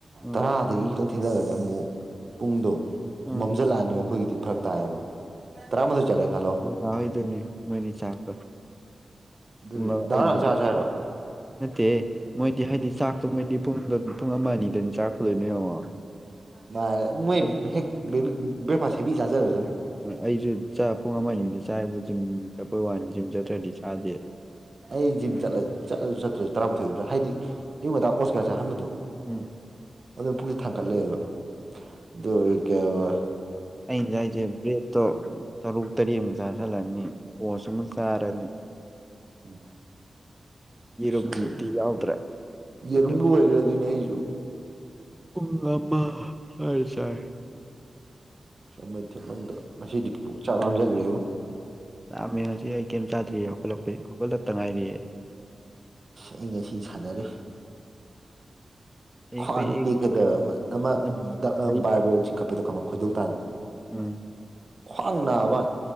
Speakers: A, in the centre; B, on the right.
A: ꯎꯝ
B: ꯇꯔꯥꯗꯒꯤ ꯈꯤꯇꯪ ꯊꯦꯡꯅꯒꯅꯤ ꯑꯃꯨꯛ ꯄꯨꯡꯗꯣ
A: ꯎꯝ
B: ꯃꯝꯖꯜꯂꯛꯑꯅꯤꯣ ꯑꯩꯈꯣꯏꯒꯤꯗꯤ ꯐꯔꯛ ꯇꯥꯏꯌꯦꯕ ꯇ꯭ꯔꯥꯃꯁꯨ ꯆꯂ ꯈꯂꯣ
A: ꯍꯣꯏꯗꯨꯅꯤ ꯃꯣꯏꯅꯤ ꯆꯥꯛꯇꯣ
B: ꯑꯗꯨꯗꯤ
A: ꯄꯨꯡ ꯑꯩꯕꯨꯗꯤ
B: ꯅ ꯆ ꯆ ꯍꯥꯏꯔꯣ
A: ꯅꯠꯇꯦ ꯃꯣꯏꯗꯤ ꯍꯥꯏꯗꯤ ꯆꯥꯛꯇꯣ ꯃꯣꯏꯗꯤ ꯄꯨꯡ ꯄꯨꯡ ꯑꯃ ꯑꯅꯤꯗꯅꯤ ꯆꯥꯛꯀꯗꯣꯏꯅ ꯌꯦꯡꯉꯣ
B: ꯃꯥ ꯃꯣꯏ
A: ꯑꯩꯗꯤ
B: ꯍꯦꯛꯕꯤ ꯦ ꯄꯁꯤ ꯍꯦꯕꯤ ꯌꯥꯥꯖꯔꯖ
A: ꯑꯩꯁꯨ ꯆ ꯄꯨꯡ ꯑꯃ ꯑꯅꯤꯗꯤ ꯆꯥꯔꯤꯕ ꯖꯤꯝ ꯆꯠꯄꯩ ꯋꯥꯅꯤ ꯖꯤꯝ ꯆꯠꯇ꯭ꯔꯗꯤ ꯆꯥꯗꯦ
B: ꯑꯩ ꯖꯤꯝ ꯆꯠꯂ ꯆꯠꯂꯁꯨ ꯆꯠꯇ꯭ꯔꯁꯨ ꯇꯔꯥꯃꯥꯊꯣꯏ ꯍꯥꯏꯗꯤ ꯑꯌꯨꯛ ꯉꯟꯥꯛ ꯑꯣꯁ ꯀꯌꯥ ꯆꯥꯍꯟꯕꯗꯣ
A: ꯎꯝ
B: ꯑꯗꯨ ꯄꯨꯛꯁꯤ ꯊꯥꯡꯒꯠꯂꯛꯑꯦꯕ ꯑꯗꯨꯣ ꯍꯧ ꯀ ꯍꯥꯏ
A: ꯑꯩꯩꯅꯁ ꯑꯩꯁꯦ ꯕ꯭ꯔꯦꯠꯇꯣ ꯇꯔꯨꯛ ꯇꯔꯦꯠꯃꯨꯛ ꯆꯥꯥꯁꯜꯂꯛꯑꯅꯤ ꯄꯣꯁꯃ ꯆꯥꯔꯅꯤ
B: ꯎꯝ
A: ꯌꯦꯔꯨꯝꯗꯤ
B: ꯁ
A: ꯌꯥꯎꯗ꯭ꯔꯦ ꯑꯗꯨꯅ
B: ꯌꯦꯔꯝꯂꯨ ꯑꯣꯏꯒꯔꯦ ꯑꯗꯨ ꯅ ꯑꯏꯁꯨ
A: ꯄꯨꯡꯃ ꯁꯥꯏ ꯁꯥꯏ
B: ꯁꯃꯟ ꯁꯃꯟꯗꯣ ꯉꯁꯤꯗꯤ ꯄꯨꯛ ꯆꯥ ꯂꯥꯖꯜꯂꯛꯑꯦꯕ
A: ꯌꯥꯝꯃꯦ ꯉꯁꯤ ꯑꯩ ꯀꯩꯝ ꯆꯥꯗ꯭ꯔꯤꯑ ꯍꯧꯒꯠꯂꯛꯄꯩ ꯍꯧꯒꯠꯂꯛꯇ ꯉꯥꯏꯔꯤꯑꯦ
B: ꯑꯩ ꯉꯁꯤ ꯁꯥꯟꯅꯔꯦ
A: ꯑꯩꯈꯣꯏ
B: ꯈ꯭ꯋꯥꯡ
A: ꯑꯩ
B: ꯇꯦꯛꯀꯗꯕ ꯑꯃ
A: ꯅꯨꯃꯤꯠ
B: ꯑꯃ
A: ꯃꯔꯤ
B: ꯕꯥꯏꯕꯦꯜ ꯆꯤꯡꯈꯠꯄꯗꯣ ꯈꯃ ꯈꯣꯏꯗꯧ ꯇꯥꯅ
A: ꯎꯝ
B: ꯈ꯭ꯋꯥꯡ ꯅꯥꯕ